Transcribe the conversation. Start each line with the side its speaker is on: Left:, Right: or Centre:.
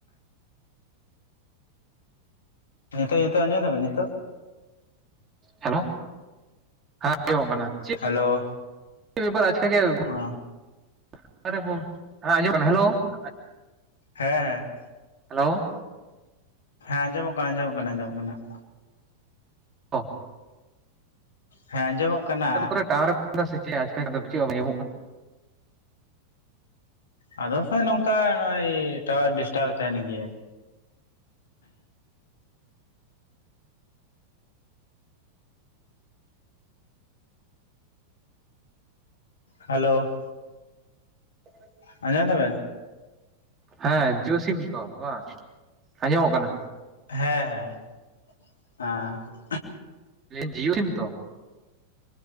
Left: ᱱᱤᱛᱚᱜ ᱱᱤᱛᱚᱜ ᱟᱸᱡᱚᱢᱫᱟᱵᱮᱱ ᱱᱤᱛᱚᱜ?
Right: ᱦᱮᱞᱳ ᱦᱮᱸ <inaudible> ᱚᱜ ᱠᱟᱱᱟ ᱾
Left: ᱦᱮᱞᱳ
Right: ᱪᱮ ᱵᱮᱯᱟᱨ ᱟᱪᱠᱟ ᱜᱮ <inaudible>
Left: ᱚ
Right: ᱵᱚᱸ ᱦᱮᱸ ᱟᱡᱚᱢᱚᱜ ᱠᱟᱱᱟ ᱦᱮᱞᱳ ᱾
Left: ᱦᱮᱸᱮᱸ
Right: ᱦᱮᱞᱳ
Left: ᱦᱮᱸ ᱟᱸᱡᱚᱢᱚᱜ ᱠᱟᱱᱟ ᱟᱸᱡᱚᱢᱚᱜ ᱠᱟᱱᱟ ᱟᱸᱡᱚᱢᱚᱜ ᱠᱟᱱᱟ ᱾
Right: ᱚᱸᱻ
Left: ᱦᱮᱸ ᱟᱡᱚᱢᱚᱜ ᱠᱟᱱᱟ ᱾
Right: ᱠᱚᱨᱮ ᱴᱟᱣᱟᱨ ᱨᱮ ᱯᱨᱚᱵᱮᱞᱮᱢ ᱥᱮ ᱪᱮᱫ ᱟᱪᱠᱟ ᱫᱚ ᱪᱮᱫ ᱦᱚᱸ ᱵᱟᱝ ᱟᱡᱚᱢᱚᱜ ᱠᱟᱱᱟ
Left: ᱟᱫᱚ ᱥᱮᱭ ᱱᱚᱝᱠᱟ ᱱᱚᱜᱚᱭ ᱴᱟᱣᱟᱨ ᱰᱤᱥᱴᱟᱵ ᱛᱟᱦᱮᱱ ᱜᱮᱭᱟᱭ ᱦᱮᱞᱳ
Right: ᱦᱩᱸ
Left: ᱟᱡᱚᱢ ᱫᱟᱵᱮᱱ?
Right: ᱦᱮᱸ ᱡᱳ ᱥᱤᱢ ᱛᱚ ᱵᱟᱝ ᱟᱸᱡᱚᱢᱚᱜ ᱠᱟᱱᱟ ᱾
Left: ᱦᱮᱸ ᱦᱮᱸ ᱦ
Right: ᱪᱮᱫ ᱡᱤᱭᱳ ᱥᱤᱢ ᱛᱚ?